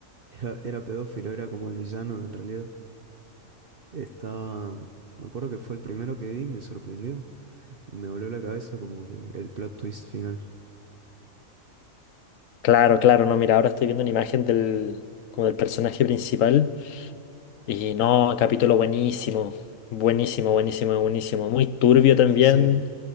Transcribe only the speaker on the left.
Claro, claro, no, mira, ahora estoy viendo una imagen del, como del personaje principal y no, capítulo buenísimo, buenísimo, buenísimo, buenísimo, muy turbio
también.